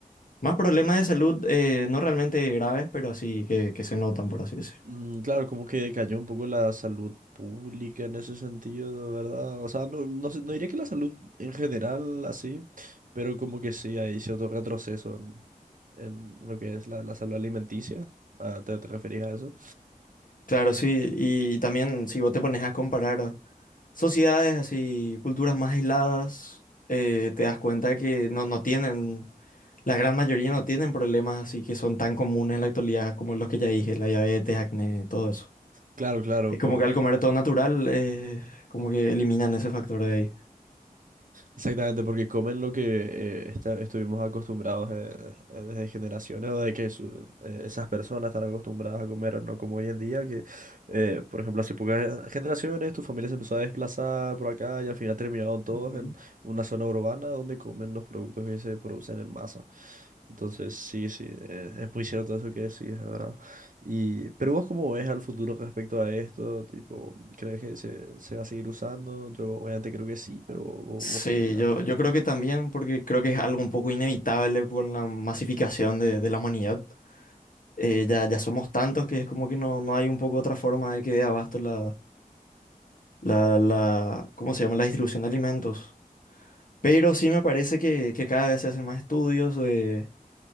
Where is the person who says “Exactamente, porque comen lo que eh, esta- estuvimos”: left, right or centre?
Right